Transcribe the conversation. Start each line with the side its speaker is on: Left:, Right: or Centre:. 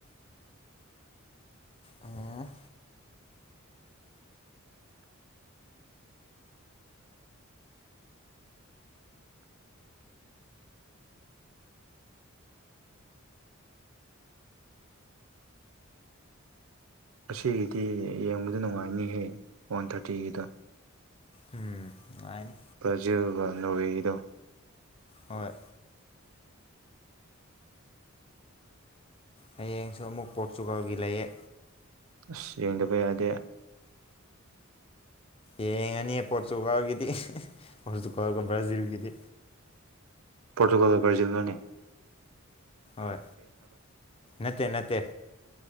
Left: ꯑꯣ
Right: ꯉꯗꯤ ꯌꯦꯡꯕꯗ ꯅꯨꯡꯉꯥꯏꯅꯤꯍꯦ ꯋꯥꯟ ꯊꯥꯔꯇꯤꯒꯤꯗꯣ
Left: ꯎꯝ ꯅꯨꯡꯉꯥꯏꯅꯤ
Right: ꯄꯖꯒ ꯅꯋꯩꯗ
Left: ꯍꯣꯏ ꯍꯌꯦꯡꯁꯨ ꯑꯃꯨꯛ ꯄꯣꯔꯇꯨꯒꯥꯜꯒꯤ ꯂꯩꯌꯦ
Right: ꯑꯁ ꯌꯦꯡꯗꯕ ꯌꯥꯗꯦ
Left: ꯌꯦꯡꯉꯅꯤꯌꯦ ꯄꯣꯣꯔꯆꯨꯀꯥꯥꯎꯒꯤꯗꯤ ꯄꯆꯨꯀꯒ ꯕ꯭ꯔꯥꯖꯤꯜꯒꯤꯗꯤ
Right: ꯄꯣꯣꯔꯇꯨꯒꯜꯗ ꯭ꯔꯔꯖꯜꯅꯅꯤ
Left: ꯍꯣꯏ ꯅꯠꯇꯦ ꯅꯠꯇꯦ